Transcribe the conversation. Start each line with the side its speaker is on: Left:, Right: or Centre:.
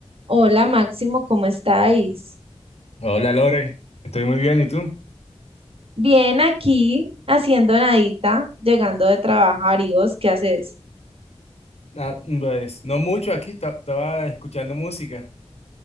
Right: Hola Máximo, ¿cómo estáis?
Left: Hola Lore, estoy muy bien, ¿y tú?
Right: Bien aquí, haciendo nadita, llegando de trabajar. ¿Y vos qué haces?
Left: Ah, pues no mucho, aquí esta- estaba escuchando música,